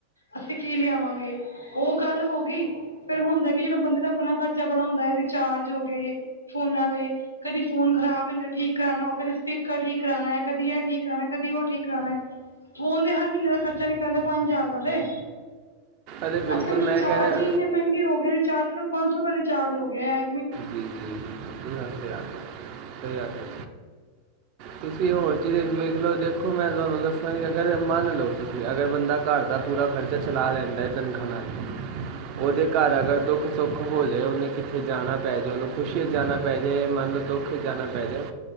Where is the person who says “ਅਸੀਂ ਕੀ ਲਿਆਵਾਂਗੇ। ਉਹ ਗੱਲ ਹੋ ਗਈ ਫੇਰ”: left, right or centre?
Left